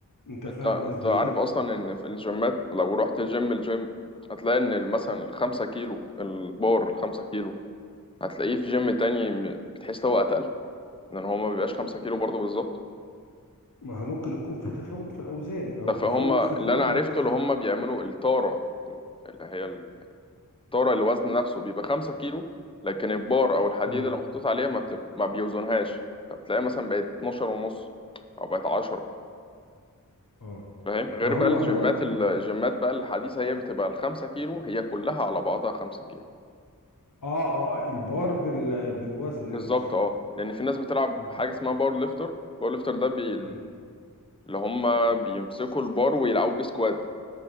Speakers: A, on the left; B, on the left.
A: انت فاهم
B: أنت أنت
A: قصدي
B: عارف
A: ايه
B: أصلا إن في الجيمات لو رحت الجيم الجيم هتلاقي إن مثلا الخمسة كيلو البار الخمسة كيلو هتلاقيه في جيم تاني بتحس هو أتقل لان هو ما بيبقاش 5 كيلو برضه بالظبط
A: ما هو ممكن يكون في تفاوت في الاوزان او
B: طب فهم
A: تفاوت
B: اللي
A: في البار
B: انا عرفته
A: نفسه
B: اللي هم بيعملوا التاره اللي هي التاره اللي وزن نفسه بيبقى 5 كيلو لكن البار او الحديد
A: امم
B: اللي محطوط عليها ما, بتب... ما بيوزنهاش فبتلاقيها مثلا بقت 12 ونص او بقت 10
A: اه
B: فاهم غير
A: ما
B: بقى
A: هو
B: ايوه
A: هو
B: الجيمات ايوه ال- الجيمات بقى الحديثه هي بتبقى ال 5 كيلو هي كلها على بعضها 5 كيلو
A: اه اه البار بال بالوزن
B: بالظبط
A: نفسه
B: اه لان في ناس بتلعب
A: بالب-
B: حاجه اسمها بار ليفتر بار ليفتر ده بي...
A: مم.
B: اللي هم بيمسكوا البار ويلعبوا بيه سكوات،